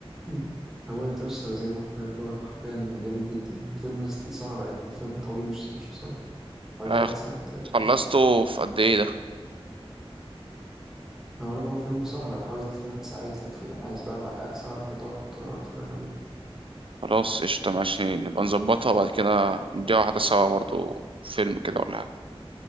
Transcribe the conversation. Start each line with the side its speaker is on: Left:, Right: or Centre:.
Centre: مم. هو انترستر زي ما قلت لك هو حرفيا جامد جدا يعني فيلم ست- سهرة يعني فيلم طويل مش مش قصير حوالي
Right: آه،
Centre: تلات ساعات تقريبا.
Right: خلصته في قد ايه ده
Centre: هقول لك هو فيلم سهرة حوالي ثلاث ساعات يعني, ف- يعني عايز بقى بقى سهرة كده تقعد تتفرج تتفرج عليه
Right: خلاص قشطة ماشي نبقى نظبطها وبعد كده نديها واحدة سوا برضه فيلم كده ولا حاجة